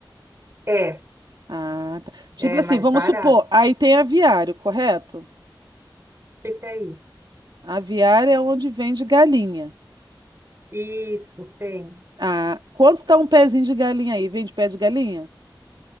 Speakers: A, on the right; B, on the right.
A: é,
B: Ah, tá. Tipo
A: é
B: assim,
A: mais
B: vamos
A: barato.
B: supor, aí tem aviário, correto?
A: O que que é isso?
B: Aviário é onde vende galinha.
A: Isso, tem.
B: Ah, quanto tá um pezinho de galinha aí? Vende pé de galinha?